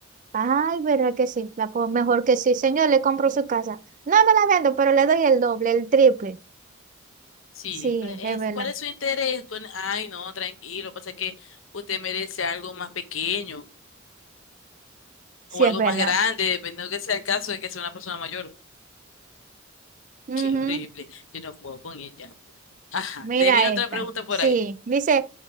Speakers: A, on the right; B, on the left.
A: Ay, verdad que sí, la, po- mejor que sí. Señor, le compro su casa. No me la vendo, pero le doy el doble, el triple.
B: Sí,
A: Sí,
B: pero es-
A: es verdad,
B: ¿cuál es su interés? Con- Ay, no, tranquilo, pasa que usted merece algo más pequeño
A: sí
B: o algo
A: es verdad.
B: más grande, dependiendo que sea el caso de que sea una persona mayor.
A: Ujú.
B: Qué horrible. Yo no puedo con ella. Ajá.
A: Mira
B: Tenía
A: esta.
B: otra pregunta por
A: Sí,
B: ahí.
A: dice,